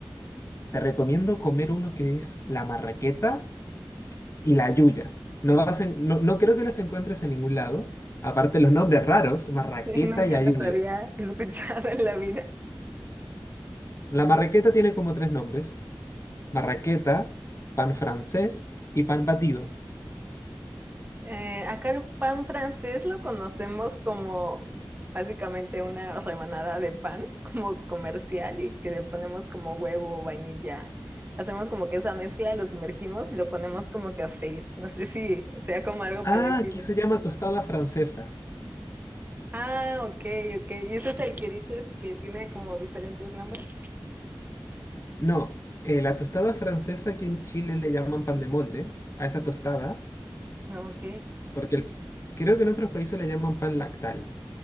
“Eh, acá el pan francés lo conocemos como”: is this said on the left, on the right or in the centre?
Right